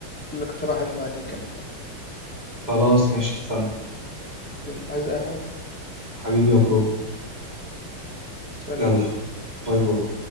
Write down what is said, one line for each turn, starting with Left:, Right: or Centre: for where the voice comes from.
Centre: الاقتراح اللي بعديه كمان
Right: خلاص ماشي اتفقنا
Centre: يلا عايز اي حاجه
Right: حبيبي يا برو
Centre: سلام
Right: يلا باي باي